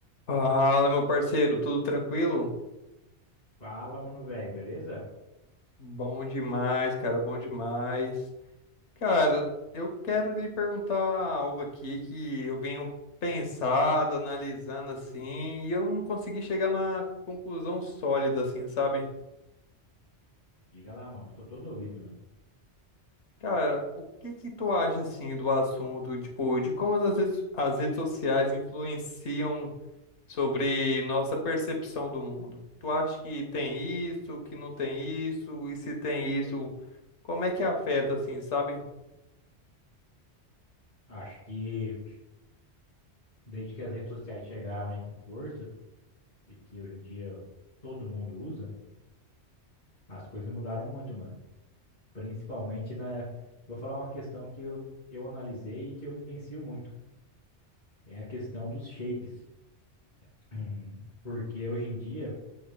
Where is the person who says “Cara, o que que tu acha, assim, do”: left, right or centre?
Left